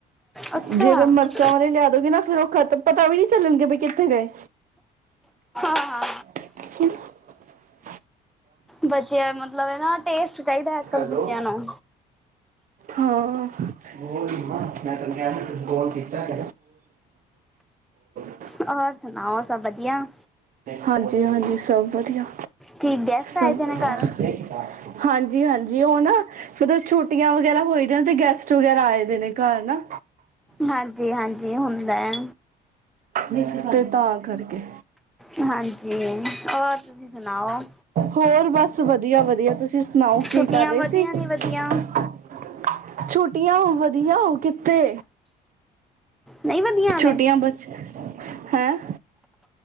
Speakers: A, in the centre; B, on the right.
A: ਅੱਛਾ
B: ਜੇਕਰ
A: ਹਾਂ
B: ਮਿਰਚਾਂ ਵਾਲੇ ਲਿਆ ਦੋਗੇ ਨਾ ਫਿਰ ਉਹ ਖਤਮ, ਪਤਾ ਵੀ ਨਹੀਂ ਚੱਲਣਗੇ ਬਈ ਕਿੱਥੇ ਗਏ।
A: ਹਾਂ
B: ਅਛ
A: ਬੱਚੇ ਮਤਲਬ ਹੈ ਨਾ ਟੇਸਟ ਚਾਹੀਦਾ ਅੱਜ ਕੱਲ
B: ਹੈਲੋ,
A: ਬੱਚਿਆਂ ਨੂੰ
B: ਹਾਂ। ਗੋਲ ਮੈਂ ਤਹਨੂੰ ਕਿਹਾ ਗੋਲ ਕੀਤਾ ਕ <inaudible>
A: ਹੋਰ ਸੁਣਾਓ। ਸਭ ਵਧੀਆ
B: ਹਾਂਜੀ-ਹਾਂਜੀ। ਸਭ ਵਧੀਆ।
A: ਕੀ ਗੈਸਟ ਆਏ
B: ਸਭ
A: ਦੇ ਨੇ ਘਰ
B: ਵਧੀਆ, ਹਾਂਜੀ- ਹਾਂਜੀ, ਉਹ ਨਾ। ਫਦ ਛੁੱਟੀਆਂ ਵਗ਼ੈਰਾ ਹੋਈ, ਤੇ ਗੈਸਟ ਵਗੈਰਾ ਆਏ ਦੇ ਨੇ ਘਰ ਨਾ।
A: ਹਾਂਜੀ-ਹਾਂਜੀ ਹੁੰਦਾ ਹੈ।
B: ਜਿੱਧ ਦਾਗ ਕਰਕੇ
A: ਹਾਂਜੀ ਔਰ ਤੁਸੀਂ ਸੁਣਾਓ
B: ਹੋਰ ਬਸ ਵਧੀਆ- ਵਧੀਆ, ਤੁਸੀਂ ਸੁਣਾਓ
A: ਛੁੱਟੀਆਂ
B: ਕੀ ਕਰ ਰਹੇ
A: ਵਧੀਆ
B: ਸੀ, ਛੋਟੀ
A: ਨੀ ਵਧੀਆ
B: ਛੁੱਟੀਆਂ, ਵਧੀਆ ਕਿੱਥੇ।
A: ਨਹੀਂ ਵਧੀਆ,
B: ਛੁੱਟੀਆਂ ਬਚ ਹੈਂ